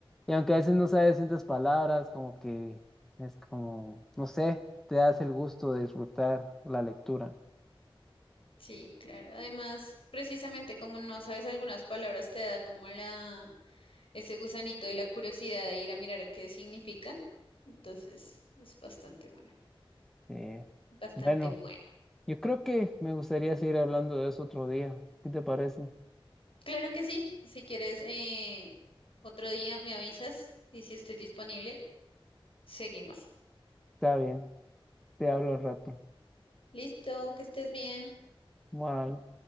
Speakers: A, in the centre; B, on the left (about 70°).
A: Y aunque a veces no sabes ciertas palabras, como que es como, no sé, te das el gusto de disfrutar la lectura.
B: Sí, claro. Además, precisamente como no sabes algunas palabras, te da como la, ese gusanito de la curiosidad de ir a mirar a qué significan. Entonces, es bastante bueno,
A: Eh,
B: bastante
A: bueno,
B: bueno.
A: yo creo que me gustaría seguir hablando de eso otro día. ¿Qué te parece?
B: Claro que sí. Si quieres, eh, otro día me avisas y si estoy disponible, seguimos.
A: Está bien, te hablo al rato.
B: Listo, que estés bien.
A: Bueno.